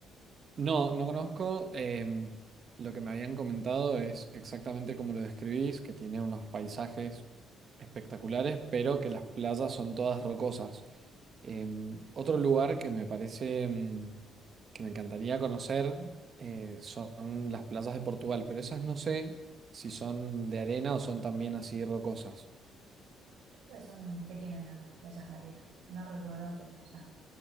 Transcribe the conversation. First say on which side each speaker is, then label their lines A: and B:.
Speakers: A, on the right (about 40°); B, on the right (about 75°).
A: No, no conozco. em, lo que me habían comentado es exactamente como lo describís, que tiene unos paisajes espectaculares, pero que las playas son todas rocosas. Em, otro lugar que me parece em, que me encantaría conocer eh, son las playas de Portugal, pero esas no sé si son de arena o son también así rocosas.
B: Creo que son, que tienen algunas playas de arena. No recuerdo que me hayan